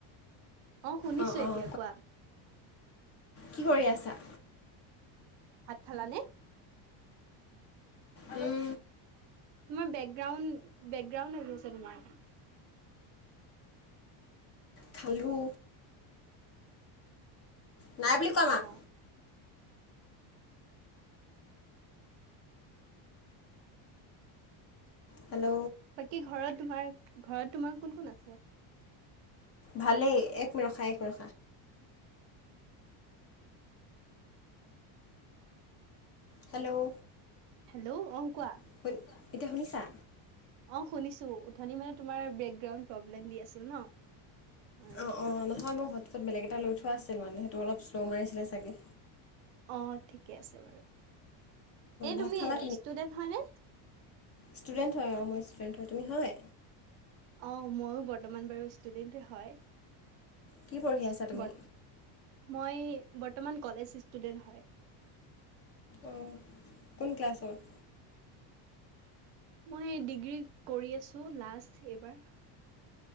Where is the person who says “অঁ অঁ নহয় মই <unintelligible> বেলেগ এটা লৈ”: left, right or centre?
Left